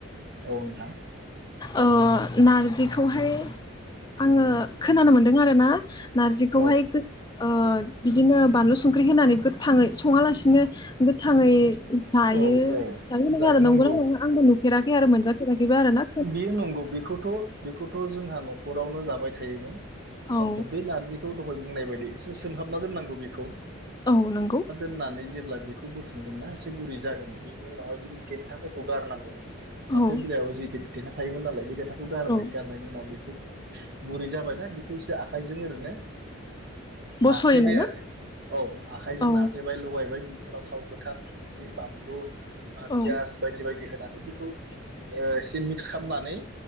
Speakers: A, on the right; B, on the left.
A: औ नोंथां।
B: ओ नारजिखौहाय आंङो खोनानो मोनदों आरोना नारजिखौहाय
A: औ
B: गो ओ बिदिनो बानलु सुं ख्रि होनानै गोथांङै संङालासिनो गोथांङै जायो
A: औ औ
B: जायो
A: जाय
B: आरो नंगौना
A: नंगौ
B: नंङा आंबो नुफेराखै आरो मोनजाफेराखैबो आरोना।
A: बियो नंगौ बेखौथ' बेखौथ' जोंहा न'खरावनो जाबाय थायोमोन। सानसोब
B: औ
A: बै नारजिखौ दहाय बुंनाय बायदिसो सोमहाबना दोननांगौ बेखौ।
B: औ नंगौ।
A: नानै जेब्ला बेखौ बोखांगोन ना एसे गुरै जागोन बेनि उनावहाय बिनि देन्थाफोरखौ गारनांगौ फाथो
B: औ
A: बिलाइयाव जैथेथ देना थायोमोन नालाय बे देनथा खौ गारबाय
B: औ
A: गारनायनि उनाव बेखौ गुरै जाबायना बेखौ एसे आखाइजों ओरैनो
B: बस'यो
A: नाफ्लेबाय
B: नामा
A: आरो औ आखाइजों
B: औ
A: ना सेबाय लगायबाय बिनि उनाव थाव गोथां संख्रि बानलु ओ
B: औ
A: पियास बायदि बाय दि होनानै बेखौ ओ एसे मिक्स खालामनानै